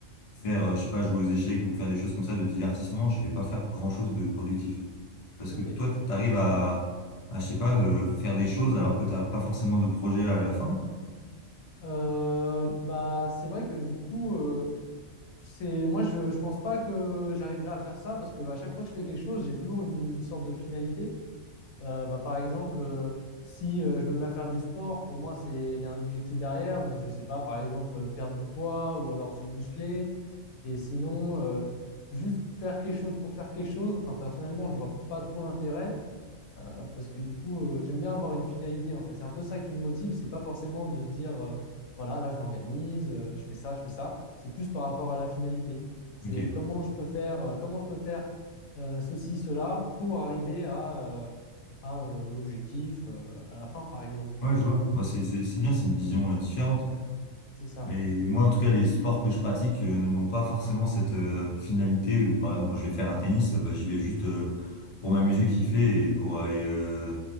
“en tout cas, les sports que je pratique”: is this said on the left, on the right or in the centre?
Left